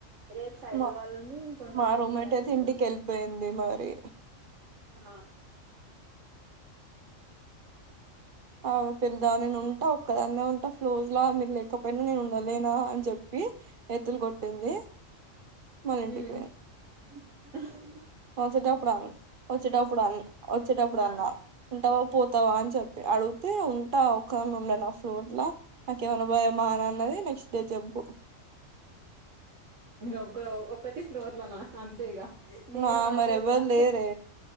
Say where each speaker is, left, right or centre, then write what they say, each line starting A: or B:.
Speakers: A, on the right; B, on the right.
A: రేపు సైబర్
B: మా
A: వాళ్ళుని ఉంది ఇంకొంతమంది
B: మా రూమ్మేట్
A: ఎఅయ్
B: అయితే
A: మల్
B: ఇంటికి
A: వాళ్ళని
B: వెళ్ళిపోయింది మరి
A: ఆ
B: ఆ పెదాన్నే ఉంటా ఒక్కదాన్నె ఉంటా ఫ్లోజ్లా మీరు లేకపోయినా నేను ఉండలేనా అని చెప్పి ఎత్తులు కొట్టింది
A: మ్
B: మళ్ళ ఇంటికి వచ్చటప్పుడన్ వచ్చిటప్పుడన్ వచ్చిటప్పుడన్నా
A: ఆ
B: ఉంటావా పోతావా అని చెప్పి అడిగుతే ఉంటా ఒక ఉండనా ఫ్లోర్ లో నాకేమన్నా భయమా అని అన్నది నెక్స్ట్ డే జంపు
A: ఒగ్గో ఒకతి ఫ్లోర్ లోనా అంతే ఇగ మీదా
B: ఆ
A: పడుకొదిగా
B: మరి ఎవ్వరు లేరే